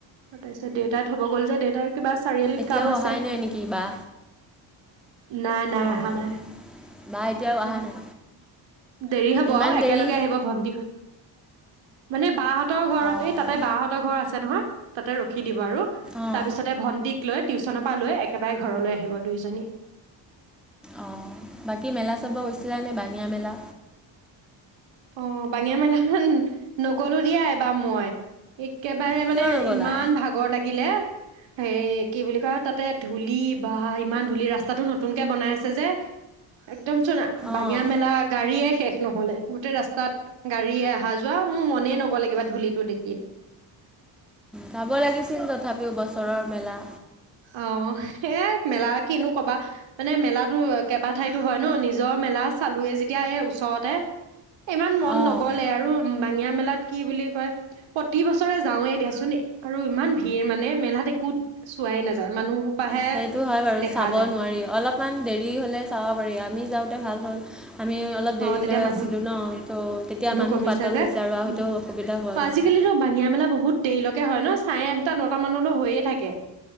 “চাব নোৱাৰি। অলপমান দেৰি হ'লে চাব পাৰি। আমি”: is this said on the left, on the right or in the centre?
Centre